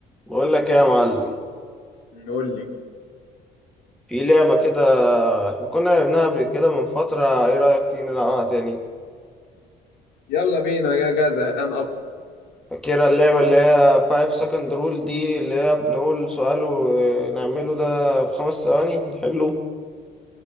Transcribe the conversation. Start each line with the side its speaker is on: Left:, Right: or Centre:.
Centre: بقول لك ايه يا معلم
Left: قول لي
Centre: في لعبة كده احنا كنا لعبناها قبل كده من فترة ايه رأيك تيجي نلعبها تاني
Left: يلا بينا انا جاي زهقان اصلا
Centre: فاكرة اللعبة اللي هي 5 second rule دي اللي هي بنقول سؤال ونعمله ده في خمس ثواني نحله